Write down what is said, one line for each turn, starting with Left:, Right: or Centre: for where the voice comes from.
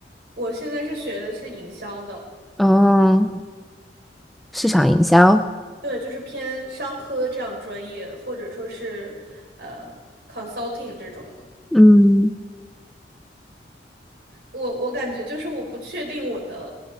Right: 我现在是学的是营销的，
Centre: 嗯，市场营销。
Right: 对，就是偏商科这样专业，或者说是呃 consulting 这种的。
Centre: 嗯，
Right: 我我感觉就是我不确定我的